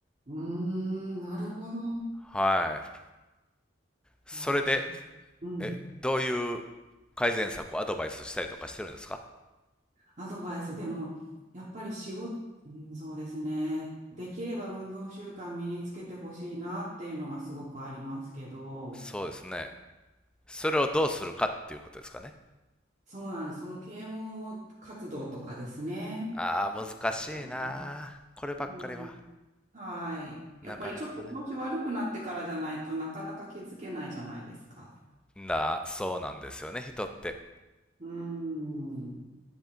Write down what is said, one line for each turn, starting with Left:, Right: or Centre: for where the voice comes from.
Right: うーん、なるほど。
Centre: はい。それで、
Right: いやー、しょ、うん。
Centre: え、どういう改善策をアドバイスしたりとかしてるんですか
Right: アドバイスでも、やっぱり仕事、うんそうですね。できれば運動習慣身につけてほしいなっていうのがすごくありますけど、
Centre: そうですね。それをどうするかっていうことですかね。
Right: そうなんです。その啓蒙活動とかですね。
Centre: ああ、難しいなあこればっかりは。
Right: でもね。そうなんです。はい。
Centre: なかなかね。
Right: やっぱりちょっと調子悪くなってからじゃないとなかなか気づけないじゃないですか。
Centre: な、そうなんですよね、人って。
Right: うーん。